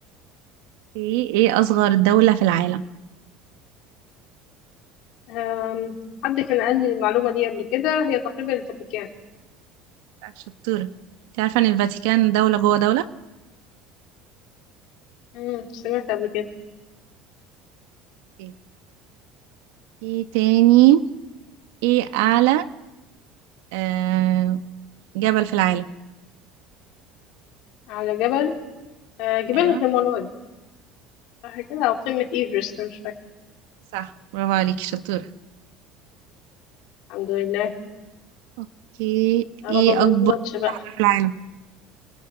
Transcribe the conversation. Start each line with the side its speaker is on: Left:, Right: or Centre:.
Right: ايه ايه أصغر دولة في العالم؟
Left: أم، حد كان قال لي المعلومة دي قبل كده هي تقريبا الفاتيكان
Right: لا، شطورة انت عارفة ان الفاتيكان دولة جوه دولة؟
Left: أمم، سمعت قبل كده
Right: ايه ايه تاني ايه أعلى آه... جبل في العالم؟
Left: على جبل أه، جبال
Right: ايوه
Left: الهيمالايا صح كده أو قمة إيفرست مش فاكرة
Right: صح برافو عليكي شطورة
Left: الحمد لله
Right: اوكي
Left: يا
Right: ايه
Left: رب ما
Right: أكبر
Left: نغلطش بقى
Right: في العالم؟